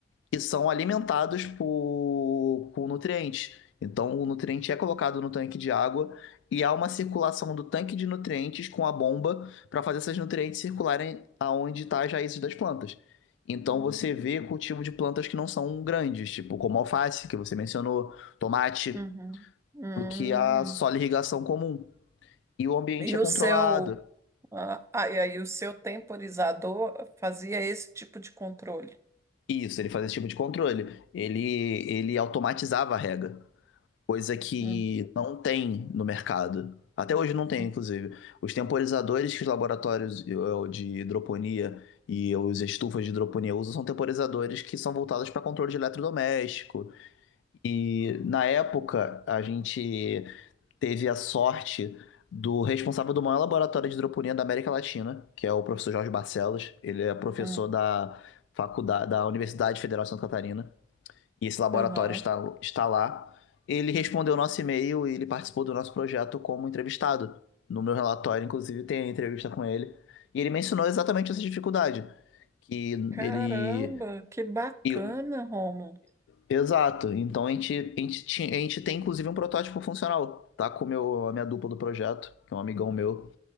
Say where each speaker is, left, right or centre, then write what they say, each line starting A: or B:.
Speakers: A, on the left; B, on the right.
A: que são alimentados por, por nutrientes. Então, o nutriente é colocado no tanque de água e há uma circulação do tanque de nutrientes com a bomba para fazer esses nutrientes circularem aonde está as raízes das plantas. Então, você vê cultivo de plantas que não são grandes, tipo como alface, que você mencionou, tomate,
B: uhum, hum.
A: do que a só irrigação comum. E o ambiente
B: E
A: é
B: o
A: controlado.
B: seu, ah, ah, e aí o seu temporizador fazia esse tipo de controle.
A: Isso, ele fazia esse tipo de controle. Ele, ele automatizava a rega. coisa que
B: Hum,
A: não tem no mercado. Até hoje não tem,
B: hum,
A: inclusive. Os temporizadores que os laboratórios eh, de hidroponia e os estufas de hidroponia usam são temporizadores que são voltados para controle de eletrodoméstico. E na época a gente teve a sorte do responsável do maior laboratório de hidroponia da América Latina, que é o professor Jorge Barcelos. Ele é professor
B: hum.
A: da faculdade da Universidade Federal de Santa Catarina e esse laboratório
B: Aham.
A: está, está lá. Ele respondeu o nosso e-mail e ele participou do nosso projeto como entrevistado. No meu relatório, inclusive, tem a entrevista com ele. E ele mencionou exatamente essa dificuldade. Que
B: Caramba,
A: ele.
B: que bacana,
A: e-
B: Romulo.
A: exato. Então a gente, a, gente, a gente tem, inclusive, um protótipo funcional. Tá com meu, a minha dupla do projeto, que é um amigão meu.